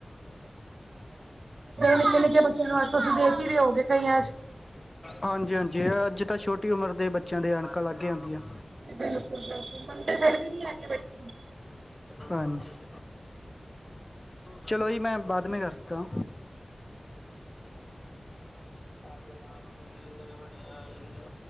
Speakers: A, on the right; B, on the left.
A: ਨਿੱਕੇ-ਨਿੱਕੇ ਬੱਚਿਆਂ ਨੂੰ ਤੁਸੀਂ ਦੇਖ ਹੀ ਰਹੇ ਹੋਗੇ ਕਈਆਂ'ਚ
B: ਹਾਂਜੀ-ਹਾਂਜੀ, ਅੱਜ ਤਾਂ ਛੋਟੀ ਉਮਰ ਦੇ ਬੱਚਿਆਂ ਦੇ ਐਣਕਾਂ ਲੱਗ ਜਾਂਦੀਆਂ।
A: ਜੀ, ਬਿਲਕੁਲ-ਬਿਲਕੁਲ ਮਨਦੇ ਫਿਰ ਵੀ ਨਹੀਂ ਹੈਗੇ ਬੱਚੇ।
B: ਹਾਂਜੀ। ਚਲੋ ਜੀ, ''ਮੈਂ ਬਾਅਦ ਮੇਂ ਕਰਤਾਂ। ਸਾਚੇ ਨਾਮ ਕੀ ਤਿਲੁ ਵਡਿਆਈ।।